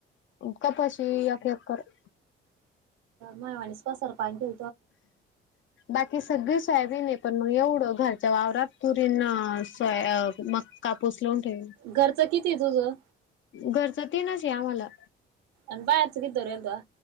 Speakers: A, on the left; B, on the right.
A: कपाशी एक एकर
B: मावाणीस पसरपाेतो
A: बाकी सगळी शयाज नाही पण मग एवढं घर वावरात तुरीन स मक्का पोस लावून ठेवल
B: घरचं किती तुझं
A: घरचा ते नसे आम्हाला
B: अन बाय सगावर अलल्वा